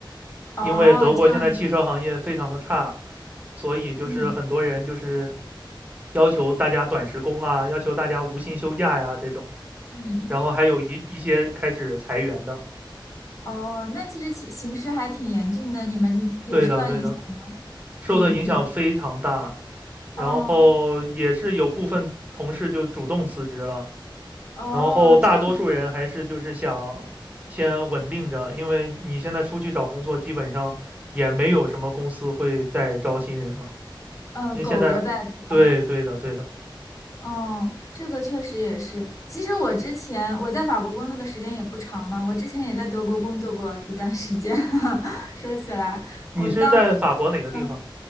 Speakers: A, on the left (about 40°); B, on the right (about 20°).
A: 哦，
B: 因为德国现在汽车行业非常的差，
A: 这样子，
B: 所以就是很多人就是
A: 嗯
B: 要求大家短时工啊，要求大家无薪休假呀这种，
A: 嗯，
B: 然后还有一一些开始裁员的，
A: 哦，那其实其形势还挺严峻的，你们有受到影响吗？
B: 对的对的，受的影响非常大，
A: 你你
B: 然后也是有部分同事就主动辞职了，
A: 哦哦，
B: 然后大多数人还是就是想先稳定着，
A: 这样。
B: 因为你现在出去找工作，基本上也没有什么公司会再招新人了。
A: 呃，
B: 因为现在，
A: 苟着呗，对吧？
B: 对对的对的，
A: 哦，这个确实也是。其实我之前我在法国工作的时间也不长嘛，我之前也在德国工作过一段时间。<laughs> 说起来，
B: 你是在法国哪个地方？
A: 我当时，嗯，